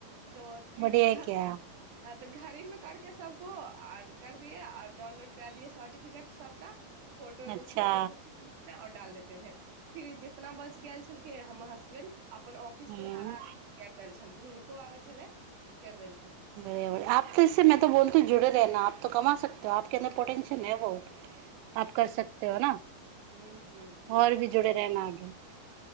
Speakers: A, on the right; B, on the right.
A: तऽ ती
B: बढ़िया क्या
A: घ तऽ घरी में करके सबको आऔर कर दियए आऔर डाउनलोड करा दिय सर्टिफिकेट सबका फोटो एगो
B: अच्छा
A: खीचल त डाल देते रहे फिर जितना बच गेल छल <unintelligible> अपन ऑफिस
B: हम्म
A: के सारा आदमी कए एत्त आएल छलय छलखिन हुनको आबै छलै कर देलखिन
B: बढ़िया बढ़िया आपो इस में तो बोलते जुड़े रहना ऽ कमा सकत हो आप अन्दर पोटेशियम ह वो आप कर सकते चलो ना आओर
A: हूं हूं
B: भी जुड़े रहेना अगे